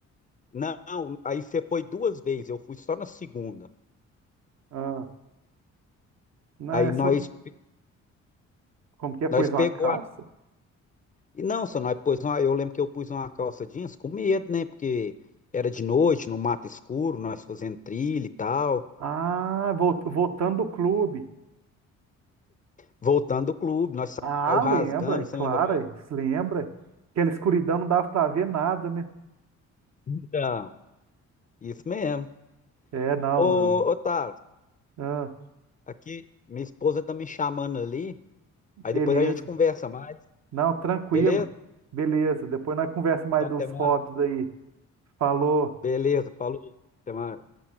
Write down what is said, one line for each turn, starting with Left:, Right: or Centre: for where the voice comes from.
Left: Não, aí você foi duas vezes, eu fui só na segunda.
Right: Ah, não,
Left: Aí
Right: é só-
Left: nós,
Right: um, Como que é? Pôs
Left: nós pegou
Right: uma calça?
Left: a. E não, só nós pôs uma, eu lembro que eu pus uma calça jeans com medo, né? Porque era de noite, no mato escuro, nós fazendo trilha e tal.
Right: Ah, vol- voltando do clube.
Left: Voltando do clube, nós
Right: Ah,
Left: saiu rasgando,
Right: lembra, é claro,
Left: você lembra bem?
Right: é, se lembra. Aquela escuridão não dava pra ver nada, né?
Left: Então, isso mesmo.
Right: É, não.
Left: Ô,
Right: eu-
Left: ô Thales,
Right: ah,
Left: aqui minha esposa tá me chamando ali, aí
Right: beleza.
Left: depois a gente conversa mais,
Right: Não, tranquilo.
Left: beleza?
Right: Beleza. Depois nós conversa mais
Left: Então
Right: de
Left: até
Right: uns
Left: mais.
Right: hobbies aí. Falou.
Left: Beleza, falou, até mais.